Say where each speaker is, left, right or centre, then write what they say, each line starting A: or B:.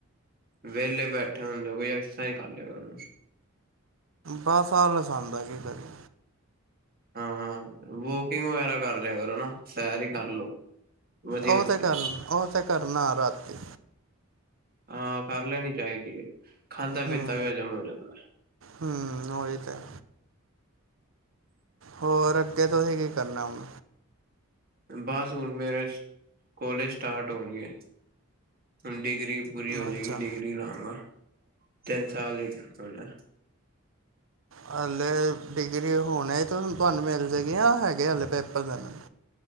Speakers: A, on the right (about 45°); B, on the right (about 65°).
A: ਵੇਹਲੇ ਬੈਠੇ ਹੁੰਦੇ ਕੋਈ ਐਕਸਾਈਜ ਕਰ ਲਿਆ ਕਰੋ।
B: ਬਸ ਆਲਸ ਆਣ ਦਾ ਕੀ ਕਰੇ।
A: ਹਾਂ, ਹਾਂ ਵੋਕਿੰਗ ਵਗੈਰਾ ਕਰ ਲਿਆ ਕਰੋ ਨਾ ਸੈਰ ਹੀ ਕਰ ਲੋ ਵਧੀਆ
B: ਉਹ
A: ਹੁੰਦੀ
B: ਤੇ ਕਰਨ ਉਹ ਤੇ ਕਰਨਾ ਆ ਰਾਤੀ
A: ਹਾਂ ਕਰ ਲੈਣੀ ਚਾਹੀਦੀ ਹੈ। ਖਾਧਾ ਪੀਤਾ
B: ਹਮ,
A: ਵੀ ਹਜਮ ਹੋ ਜਾਂਦਾ
B: ਹਮ ਉਹਹੀ ਤੇ ਹੈ। ਹੋਰ ਅੱਗੇ ਤੁਸੀਂ ਕਰਨਾ ਹੁਣ
A: ਬਸ ਹੁਣ ਮੇਰੇ ਕੋਲੇਜ ਸਟਾਰਟ ਹੋਣਗੇ। ਹਮ ਡਿਗਰੀ ਪੂਰੀ ਹੋ ਜਾਏਗੀ।
B: ਅੱਛਾ
A: ਡਿਗਰੀ ਨਾਲ ਨਾ ਤਿਨ ਸਾਲ ਦੀ ਹੋਈ ਨਾ
B: ਹਲੇ ਡਿਗਰੀ ਹੋਣੇ ਹੂਨ ਤੁਹਾਨੂੰ ਮਿਲ ਜੇ ਗੀ ਹੈ ਹਜੇ ਹਲੇ ਪੇਪਰ ਚਲਨੇ